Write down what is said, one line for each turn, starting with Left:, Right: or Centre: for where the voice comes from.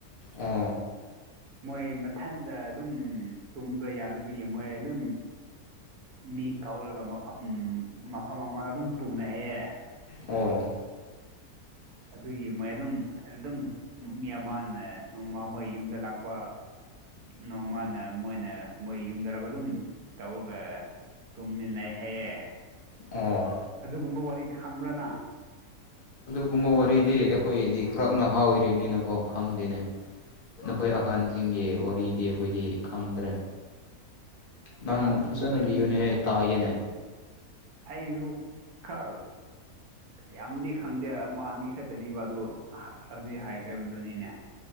Left: ꯎ
Right: ꯃꯣꯏ ꯃꯊꯟꯗ ꯑꯗꯨꯝ ꯇꯨꯝꯕ ꯌꯥꯗꯕꯒꯤ ꯃꯣꯏ ꯑꯗꯨꯝ ꯃꯤ ꯀꯧꯔꯒ ꯃꯐꯝ ꯎꯝ ꯃꯐꯝ ꯑꯃꯗ ꯑꯗꯨꯝ ꯇꯨꯝꯃꯦ ꯍꯥꯏꯌꯦꯦ
Left: ꯑꯣ
Right: ꯑꯗꯨꯒꯤ ꯃꯝ ꯑꯗꯨꯝ ꯃꯤ ꯑꯃꯅ ꯅꯣꯡꯃ ꯃꯣꯏ ꯌꯨꯝꯗ ꯂꯥꯛꯄ ꯅꯣꯡꯃꯅ ꯃꯣꯏꯅ ꯃꯣꯏ ꯌꯨꯝꯗꯒ ꯑꯗꯨꯝ ꯇꯧꯔꯒ ꯇꯨꯝꯃꯤꯟꯅꯩ ꯍꯥꯏꯌꯦ
Left: ꯑꯣ
Right: ꯑꯗꯨꯒꯨꯝꯕ ꯋꯥꯔꯤꯗꯤ ꯈꯪꯕ꯭ꯔꯅ
Left: ꯀꯒꯨꯝꯕ ꯋꯥꯔꯤꯗꯤ ꯑꯩꯈꯣꯏꯗꯤ ꯈꯔꯛ ꯅꯍꯥꯎ ꯑꯣꯏꯔꯤꯕꯅꯤꯅꯀꯣ ꯈꯪꯗꯦꯅꯦ ꯅꯈꯣꯏ ꯑꯍꯟꯁꯤꯡꯒꯤ ꯋꯥꯔꯤꯗꯤ ꯑꯩꯈꯣꯏꯗꯤ ꯈꯪꯗ꯭ꯔꯦ ꯅꯪ
Right: ꯑꯁ
Left: ꯐꯖꯅ
Right: ꯅꯨꯡꯁꯤ
Left: ꯂꯤꯌꯨꯅꯦꯍꯦ ꯇꯥꯒꯦꯅꯦ
Right: ꯑꯩꯁꯨ ꯈꯔ ꯌꯥꯝꯗꯤ ꯈꯪꯗꯦ ꯑꯃ ꯑꯅꯤ ꯈꯛꯇꯅꯤꯕ ꯑꯗꯨ ꯍꯧꯖꯤꯛ ꯍꯥꯏꯈ꯭ꯔꯕꯗꯨꯅꯤꯅꯦ